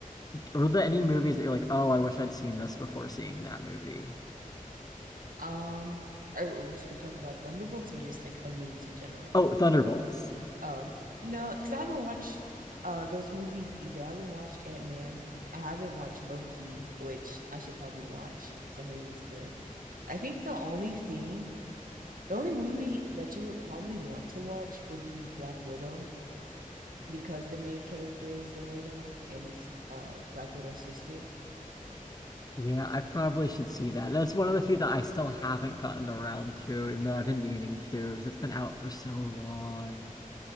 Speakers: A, on the left; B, on the right.
A: were there any movies that you're like, "Oh, I wish I'd seen this before seeing that movie?"
B: Um, are we still talking about Thunderbolts or just like other movies in general?
A: Oh, Thunderbolts.
B: Oh no, because I haven't watched uh those movies either. I haven't watched Ant Man. I haven't watched Loki, which I should probably watch because I heard it was good. I think the only thing, the only movie that you would probably want to watch would be Black Widow because the main character is Yelena and it's uh Black Widow's sister.
A: Yeah, I probably should see that. That's one of the few that I still haven't gotten around to, even though I've been meaning to, because it's been out for so long.